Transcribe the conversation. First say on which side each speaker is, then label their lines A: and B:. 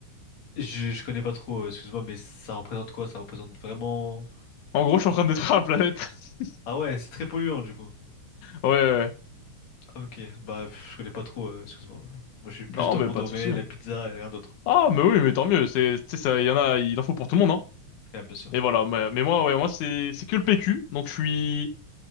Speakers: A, on the left; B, on the left.
A: Je, je connais pas trop, euh, excuse-moi, mais ça représente quoi? Ça représente vraiment...
B: En gros, je suis en train de détruire la planète. <laughs>
A: Ah ouais, c'est très polluant du coup.
B: Ouais, ouais. ouais.
A: Ah, Ok, bah pff, je connais pas trop, euh, excuse-moi. Moi je suis plus
B: Non,
A: dans
B: mais
A: mon
B: pas
A: domaine,
B: de souci. hein.
A: la pizza et rien d'autre.
B: Ah, mais oui, mais tant mieux. C'est, tu sais, ça, il y en a, il en faut pour tout le monde, hein.
A: Ah bien sûr.
B: Et voilà. Mais, mais moi, ouais, moi, c'est, c'est que le PQ. Donc, je suis,